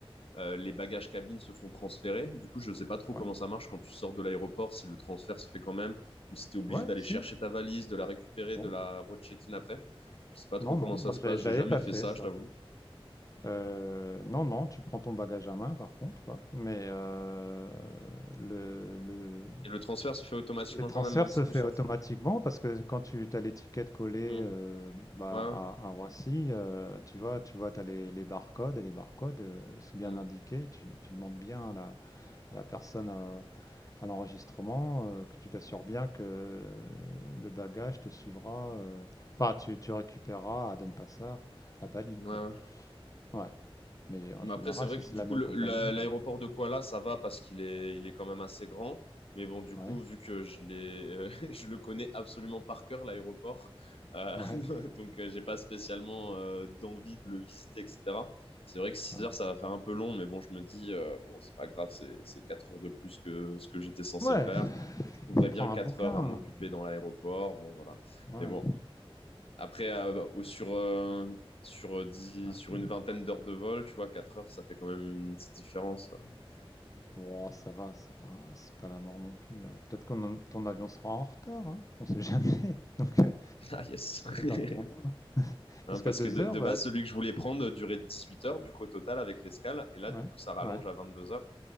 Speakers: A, on the left (about 70°); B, on the left (about 35°).
A: euh, les bagages cabines se font transférer. Du coup, je sais pas trop
B: Ouais,
A: comment ça marche quand tu sors de l'aéroport, si le transfert se fait quand même, ou si t'es obligé
B: ouais,
A: d'aller
B: si.
A: chercher ta valise, de la récupérer,
B: Non,
A: de la recheck-in après. Je sais pas trop
B: non,
A: comment
B: non,
A: ça
B: moi
A: se
B: je
A: passe,
B: l'avais je
A: j'ai
B: l'avais
A: jamais
B: pas
A: fait
B: fait
A: ça,
B: ça.
A: je t'avoue.
B: Euh, non, non, tu prends ton bagage à main par contre, quoi. Mais euh, le, le,
A: Et le transfert se fait automatiquement
B: le transfert
A: quand même, même si
B: se
A: tu
B: fait
A: sors.
B: automatiquement parce que quand tu as l'étiquette collée
A: Hmm.
B: euh, bah,
A: Ouais,
B: à,
A: ouais.
B: à Roissy, euh, tu vois, tu vois, tu as les, les barcodes et les barcodes, euh, c'est bien
A: Hmm.
B: indiqué. Tu, tu demandes bien à la, à la personne euh, à l'enregistrement, euh, que tu t'assures bien que euh, le bagage te suivra, euh, enfin tu, tu récupéreras à Denpasar, à Bali,
A: Ouais,
B: quoi.
A: ouais.
B: Ouais. Mais en
A: Mais
B: général,
A: après, c'est vrai
B: si
A: que
B: c'est
A: du
B: la
A: coup,
B: même
A: le-
B: compagnie,
A: la- l'aéroport de Kuala, ça va parce qu'il est, il est quand même assez grand. Mais bon, du coup,
B: euh, ouais,
A: vu que je l'ai, euh, <laughs> je le connais absolument par cœur, l'aéroport, euh,
B: <laughs>
A: <laughs>
B: ouais,
A: donc euh, j'ai pas spécialement euh, d'envie de le visiter, etc. C'est vrai que six
B: ouais.
A: heures, ça va faire un peu long, mais bon, je me dis, euh, bon, c'est pas grave, c'est, c'est 4 heures de plus que ce que j'étais censé
B: Ouais,
A: faire. Je trouverais bien
B: prends
A: 4
B: un bouquin.
A: heures à m'occuper dans l'aéroport. Bon, voilà.
B: Ouais,
A: Mais bon, après, euh, bah, au- sur, euh, sur, euh, dix-
B: ouais.
A: sur une vingtaine d'heures de vol, tu vois, 4 heures, ça fait quand même une petite différence. <laughs>
B: Oh, ça va, c'est pas, c'est pas la mort non plus. euh. Peut-être que ton avion sera en retard, hein, on sait jamais. <laughs> Donc, euh,
A: Ah, yes.
B: t'en auras moins.
A: <laughs> Hein,
B: Parce
A: parce
B: que deux
A: que de,
B: heures,
A: de
B: bah,
A: base, celui que je voulais prendre durait 18 heures, du coup, au total, avec l'escale. Et là,
B: ouais,
A: du coup, ça rallonge
B: ouais,
A: à vingt deux heures.